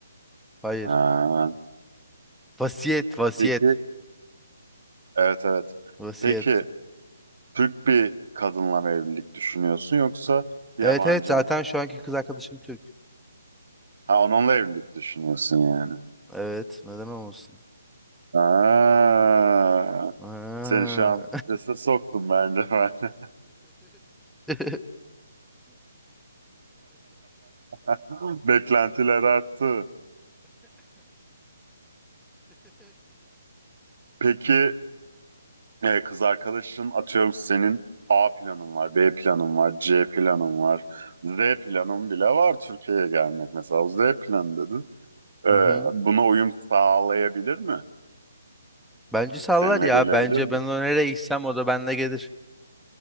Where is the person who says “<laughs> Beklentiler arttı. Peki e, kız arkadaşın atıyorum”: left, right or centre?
Right